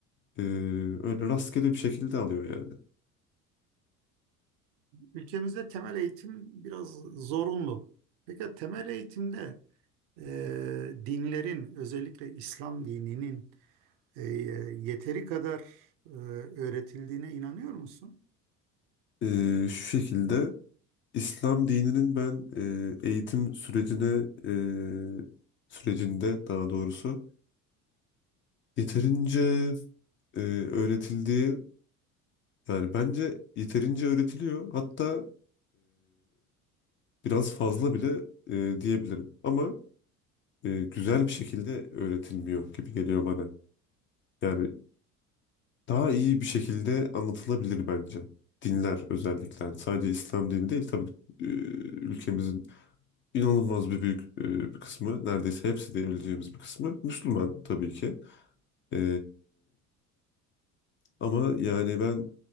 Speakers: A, on the left; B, on the right.
A: e, öyle rastgele bir şekilde alıyor yani.
B: Ülkemizde temel eğitim biraz zorunlu. Peki temel eğitimde e, dinlerin özellikle İslam dininin e, yeteri kadar e, öğretildiğine inanıyor musun?
A: E, şu şekilde İslam dininin ben e, eğitim sürecine e, sürecinde daha doğrusu yeterince e, öğretildiği yani bence yeterince öğretiliyor. Hatta Biraz fazla bile e, diyebilirim. Ama e, güzel bir şekilde öğretilmiyor gibi geliyor bana. Yani daha iyi bir şekilde anlatılabilir bence. Dinler özellikle. Yani sadece İslam dini değil tabii e, ülkemizin inanılmaz bir büyük e, bir kısmı, neredeyse hepsi diyebileceğimiz bir kısmı Müslüman tabii ki. E, ama yani ben